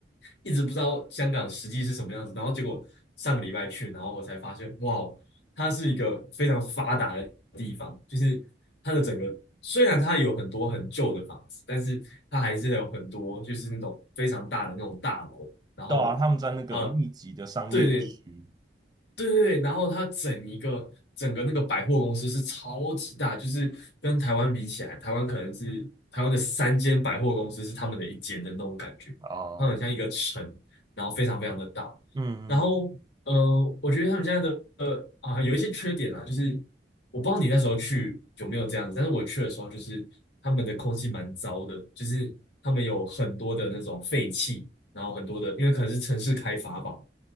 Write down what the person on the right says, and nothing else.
对啊，他们在那个密集的商业区，
哦，
嗯嗯，